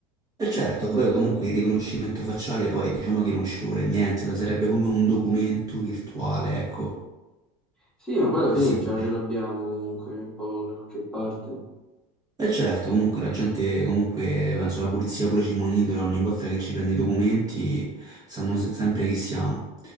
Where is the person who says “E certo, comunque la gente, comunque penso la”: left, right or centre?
Right